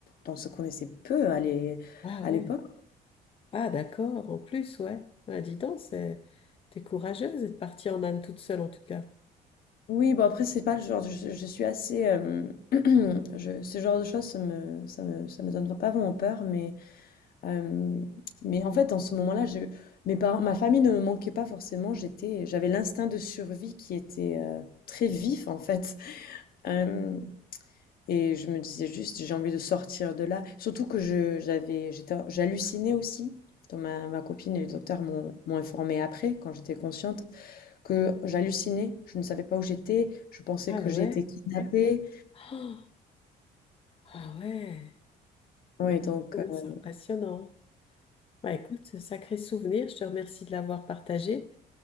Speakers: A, on the left (about 60°); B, on the left (about 35°).
A: on se connaissait peu à l'é-
B: ah
A: à
B: ouais.
A: l'époque.
B: Ah d'accord. En plus, ouais. Ah, dis donc, c'est t'es courageuse d'être partie en Inde toute seule en tout cas.
A: Oui, bon après, c'est pas le genre, de- je, je suis assez, euh, <clears throat> je, ce genre de choses, ça me, ça me, ça me donne pas vraiment peur, mais, euh, mais en fait, dans ce moment-là, je, mes parents, ma famille ne me manquait pas forcément. J'étais, j'avais l'instinct de survie qui était euh, très vif, en fait. Hem et je me disais juste: «J'ai envie de sortir de là». Surtout que je j'avais j'étais j'hallucinais aussi, dont ma ma copine et les docteurs m'ont m'ont informé après, quand j'étais consciente, que j'hallucinais, je ne savais pas où j'étais, je pensais
B: Ah
A: que j'étais
B: ouais.
A: kidnappée.
B: Oh, Ah ouais.
A: Ouais
B: Ouais,
A: donc
B: ouais,
A: heu,
B: c'est impressionnant. Bah écoute, sacré souvenir, je te remercie de l'avoir partagé.